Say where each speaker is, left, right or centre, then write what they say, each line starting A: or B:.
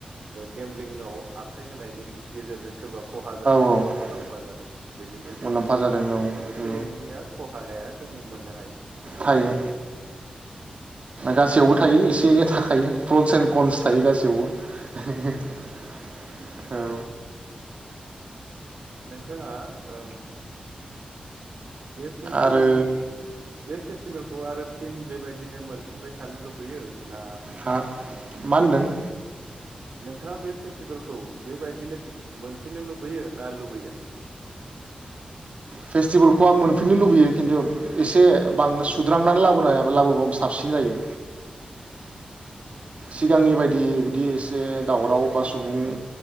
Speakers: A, on the right; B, on the right.
A: गेमलिंआव आखाइ होनायनि गेजेरजों सोरबा खहा जादों
B: जोंहा
A: सोरबा मुलाम्फा जादों बेनि गेजेराव
B: मुलाम्फा जादों बा मुलाम्फा जादों
A: एसे
B: औ
A: एनैया खहाया जों मोननो हायो।
B: थायो गासैयावबो थायो एसे एनै थाखायो प्रन्स एन्ड कन्स थायो गासैयावबो
A: नंगौ
B: औ।
A: नोंथाङा ओम। बे फेस्टिभेलनि
B: आरो
A: बे फेस्टिभेलखौ आरो। फिन बेबायदिनो मोनफिनबाय थानो लुबैयो ना
B: हा मा होनदों।
A: नोंथाङा बे फेस्टिभेलखौ बेबायदिनो मोनफिननो लुबैयो। ना लुबैया।
B: फेस्टिभेलखौ आं मोनफिननो लुबैयो। खिन्थु एसे बां सुद्रांनानै लाबोनाया लाबोबाबो साबसिन जायो। सिगांनि बायदि बिदि एसे दावराव बा सुबुं